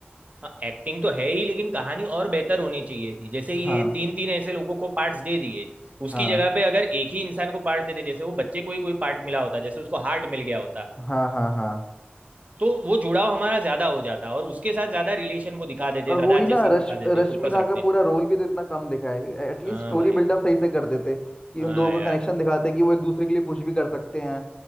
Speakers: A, on the right; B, on the left.
A: हाँ एक्टिंग तो है ही लेकिन कहानी और बेहतर होनी चाहिए थी जैसे ये
B: हाँ
A: तीन तीन ऐसे लोगों को पार्ट्स दे दिए उसकी
B: हाँ
A: जगह पे अगर एक ही इंसान को पार्ट देते जैसे वो बच्चे को ही कोई पार्ट मिला होता जैसे उसको हार्ट मिल गया होता
B: हाँ हाँ हाँ
A: तो वो जुड़ाव हमारा ज्यादा हो जाता और उसके साथ ज्यादा रिलेशन वो दिखा देते
B: और
A: ज्यादा
B: वो
A: अच्छे
B: ही ना
A: सीन
B: रश
A: दिखा देते
B: रश्मिका
A: फोकस रखते
B: का पूरा रोल भी तो इतना कम दिखाया है एटलीस्ट
A: हाँ
B: स्टोरी
A: भाई
B: बिल्डअप सही से कर देते कि
A: हाँ
B: उन दोनों
A: यार
B: का कनेक्शन दिखाते कि वो एक दूसरे के लिए कुछ भी कर सकते हैं